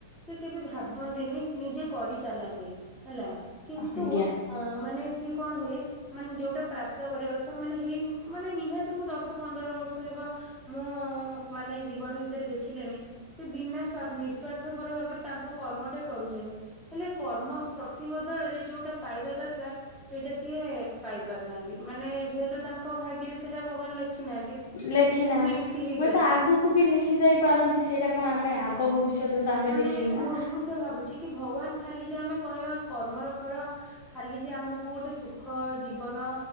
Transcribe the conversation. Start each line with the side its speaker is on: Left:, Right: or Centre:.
Centre: ସେ କେବେ ଭାବନ୍ତିନି ନିଜେ କରିଚାଲନ୍ତି ହେଲା କିନ୍ତୁ
Left: ଆଜ୍ଞା
Centre: ହଁ, ମାନେ ସିଏ କଣ ହୁଏ ମାନେ ଯୋଉଟା ପ୍ରାପ୍ତ କରିବା କଥା ମାନେ ହେଇ ମାନେ ନିହାତି ମୁଁ ଦଶ ପନ୍ଦର ବର୍ଷ ହେବ ମୁଁ ମାନେ ଜୀବନ ଭିତରେ ଦେଖିଲେଣି ସେ ବିନା ସ୍ୱା ନିଃସ୍ଵାର୍ଥପର ଭାବରେ ତାଙ୍କ କ କର୍ମଟେ କରୁଛନ୍ତି ହେଲେ କର୍ମ ପ୍ରତିବଦଳରେ ଯୋଉଟା ପାଇବା ଦରକାର ସେଇଟା ସିଏ ପାଇ ପାରୁନାହାନ୍ତି ମାନେ ହୁଏତ ତାଙ୍କ ଭାଗ୍ୟରେ ସେଇଟା ଭଗବାନ ଲେଖି ନାହାନ୍ତି।
Left: ଲେଖି ନାହାନ୍ତି
Centre: ମାନେ ଏମିତି ହେଇପାରେ
Left: ହୁଏତ ଆଗକୁ
Centre: କି?
Left: ବି ଲେଖିଥାଇ ପାରନ୍ତି ସେଇଟା କଣ ଆମେ ଆଗ ଭବିଷ୍ୟତ ତ ଆମେ
Centre: ମାନେ
Left: ଦେଖିନି ନା।
Centre: ମୁଁ ମୁଁ ସେ ଭାବୁଛି କି ଭଗବାନ ଖାଲି ଯେ ଆମେ କହିବା କର୍ମର ଫଳ ଖାଲି ଯେ ଆମକୁ ଗୋଟେ ସୁ ଖ ଜୀବନ